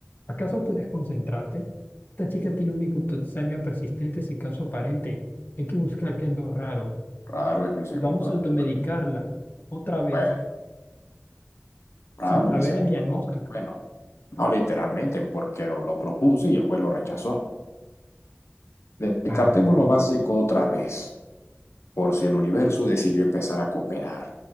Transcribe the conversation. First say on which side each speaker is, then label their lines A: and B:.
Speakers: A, on the left; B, on the left.
A: ¿Acaso puedes concentrarte? Esta chica tiene una hipopotasemia persistente sin caso aparente. Hay que buscar qué es lo raro
B: Raro es mi segundo
A: y vamos a automedicarla
B: nombre.
A: otra vez
B: Bueno,
A: sin
B: raro
A: saber
B: es mi segundo
A: el diagnóstico.
B: nombre. Bueno, no literalmente, porque lo, lo propuse y el juez lo rechazó. Descartemos
A: Ah,
B: lo básico otra vez, por si el universo decidió empezar a cooperar.